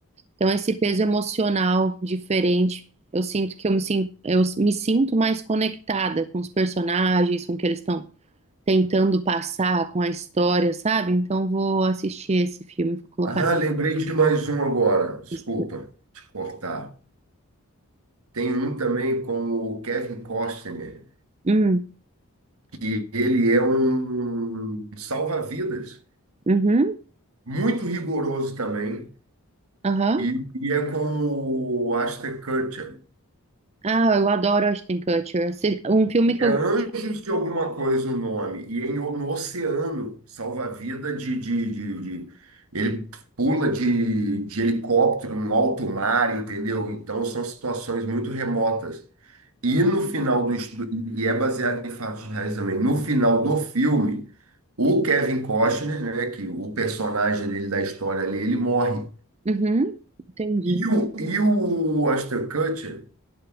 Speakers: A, on the right; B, on the right.
A: Então esse peso emocional diferente, eu sinto que eu me, sin- eu me sinto mais conectada com os personagens, com o que eles estão tentando passar, com a história, sabe? Então eu vou assistir esse filme, vou colocar
B: Ah,
A: na
B: lembrei de mais um agora. Desculpa
A: lista.
B: te cortar. Tem um também com o Kevin Costner.
A: Hum,
B: Ele é um salva-vidas,
A: uhum,
B: muito rigoroso também
A: aham.
B: E, e é com o Ashton Kutcher.
A: Ah, eu adoro Ashton Kutcher. Assi- Um filme que
B: É
A: eu
B: Anjos
A: gosto
B: de alguma coisa o nome. E é em, no oceano, salva-vida de, de, de, de- Ele pula de, de helicóptero no alto mar, entendeu? Então são situações muito remotas. E no final do estudo, e é baseado em fatos reais também, no final do filme, o Kevin Costner, né, que o personagem dele da história ali, ele morre.
A: Uhum, entendi.
B: E o, e o Ashton Kutcher.